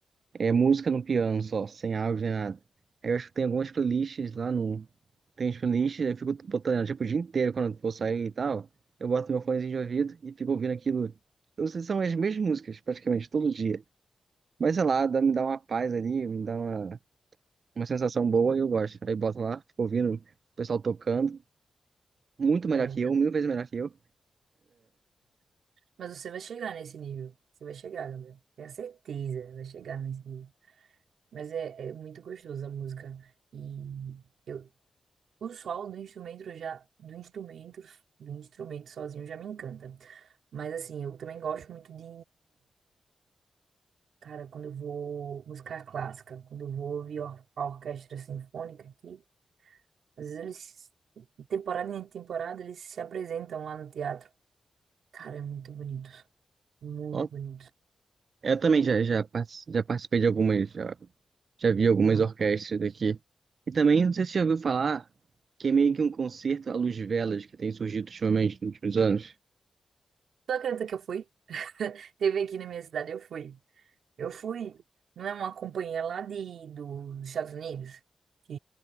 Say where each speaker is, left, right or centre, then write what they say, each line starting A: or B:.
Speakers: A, on the right; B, on the right.
A: é, música no piano só, sem áudio nem nada. Aí Eu acho que tem algumas playlists lá no. Tem as playlists, eu fico botando tipo, o dia inteiro quando eu for sair e tal. Eu boto meu fonezinho de ouvido e fico ouvindo aquilo. Eu não sei se são as mesmas músicas, praticamente, todo dia. Mas sei lá, dá, me dá uma paz ali, me dá uma, uma sensação boa e eu gosto. Aí boto lá, fico ouvindo o pessoal tocando. muito melhor
B: É,
A: que eu, mil vezes melhor que eu.
B: Mas você vai chegar nesse nível. Você vai chegar, Gabriel. Tenho certeza, vai chegar nesse nível. Mas é, é muito gostoso a música. E eu, o solo do instrumento já, do instrumento, do instrumento sozinho já me encanta. Mas assim, eu também gosto muito de, cara, quando eu vou música clássica, quando eu vou ouvir or- a orquestra sinfônica aqui, às vezes eles, temporada em temporada, eles se apresentam lá no teatro. Cara, é muito bonito. Muito
A: Ó,
B: bonito.
A: eu também já, já, parti- já participei de algumas, já, já vi algumas
B: Não.
A: orquestras daqui. E também, não sei se você já ouviu falar, que é meio que um concerto à luz de velas que tem surgido ultimamente nos últimos anos.
B: Tu acredita que eu fui? Teve aqui na minha cidade, eu fui. Eu fui, não é uma companhia lá de, do- dos Estados Unidos, que